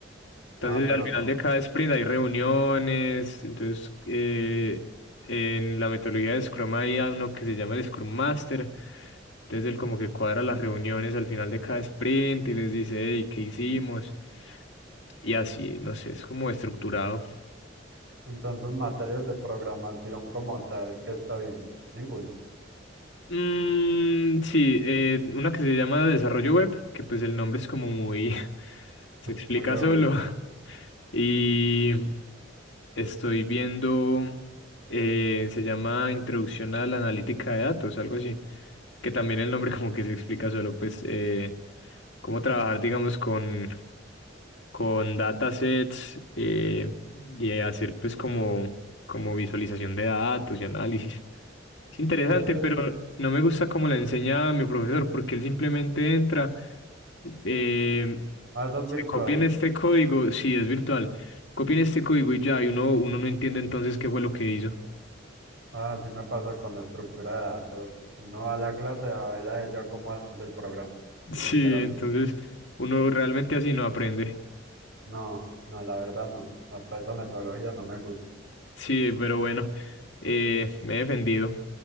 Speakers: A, on the left; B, on the right.
A: Entonces,
B: ah, pero
A: al final
B: no.
A: de cada sprint hay reuniones. Entonces, eh, en la metodología de Scrum hay a uno que se llama el Scrum Master. Entonces, él como que cuadra las reuniones al final de cada sprint y les dice, hey, ¿qué hicimos? Y así, no sé, es como estructurado.
B: Entonces, materias de programación como tal, ¿qué está viendo? Ninguno,
A: Mm, sí, eh, una que se llama Desarrollo Web, que pues el nombre es como muy... <laughs> se explica
B: muy obvio.
A: solo. <laughs> Y estoy viendo... eh, se llama Introducción a la Analítica de Datos, algo así. Que también el nombre como que se explica solo, pues, eh, cómo trabajar, digamos, con, con datasets eh, y hacer pues como como visualización de datos y análisis. Es interesante,
B: Ese,
A: pero no me gusta cómo la enseña mi profesor, porque él simplemente entra, eh,
B: ah, eso es
A: se
B: virtual.
A: copian este código, sí, es virtual, copian este código y ya, y uno, uno no entiende entonces qué fue lo que hizo.
B: Ah, sí me pasa con la estructura de datos. Uno va a la clase a ver a ella cómo hace el programa,
A: <laughs> Sí,
B: literalmente.
A: entonces uno realmente así no aprende.
B: No, no, la verdad no. No, pues esa metodología no me gusta.
A: Sí, pero bueno, eh, me he defendido.